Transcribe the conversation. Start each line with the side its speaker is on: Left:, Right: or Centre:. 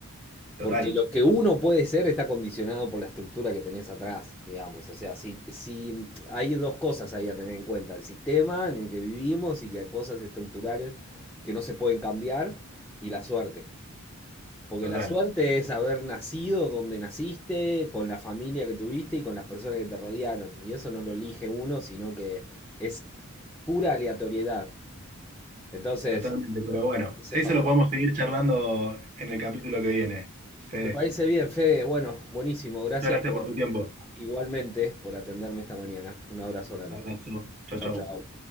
Right: total,
Centre: Porque lo que uno puede ser está condicionado por la estructura que tenés atrás, digamos. O sea, si, si hay dos cosas ahí a tener en cuenta, el sistema en el que vivimos y que hay cosas estructurales que no se pueden cambiar, y la suerte. Porque
Right: total.
Centre: la suerte es haber nacido donde naciste, con la familia que tuviste y con las personas que te rodearon. Y eso no lo elige uno, sino que es pura aleatoriedad. Entonces,
Right: Totalmente, pero bueno,
Centre: ese
Right: eso
Centre: factor.
Right: lo podemos seguir charlando en el capítulo que viene. Fede,
Centre: Me parece bien, Fede. Bueno, buenísimo. Gracias
Right: muchas gracias
Centre: por,
Right: por tu tiempo.
Centre: Igualmente por atenderme esta mañana. Un abrazo grande.
Right: Abrazo. Chao,
Centre: Chau,
Right: chao.
Centre: chau.